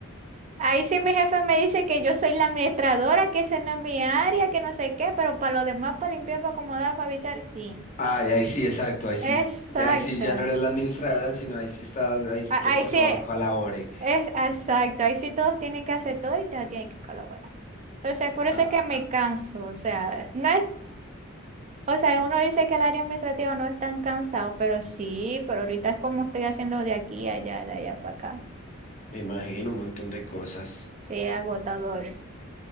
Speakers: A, on the right; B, on the left.
A: Ahí sí mi jefe me dice que yo soy la administradora, que esa no es mi área, que no sé qué, pero para lo demás, para limpiar, para acomodar, para bichar, sí.
B: Ay, ahí sí, exacto, ahí sí,
A: Exacto.
B: ahí sí ya
A: A-
B: no eres la administradora, sino ahí sí estás, ahí sí
A: Ahí
B: que por
A: sí,
B: favor colabore.
A: es exacto. Ahí sí todos tienen que hacer todo y todos tienen que colaborar. Entonces, por eso
B: Ah,
A: es que me canso. O sea, no es O sea, uno dice que el área administrativa no es tan cansado, pero sí, pero ahorita es como estoy haciendo de aquí a allá, de allá para acá.
B: me imagino un montón de cosas.
A: Sí, es agotador.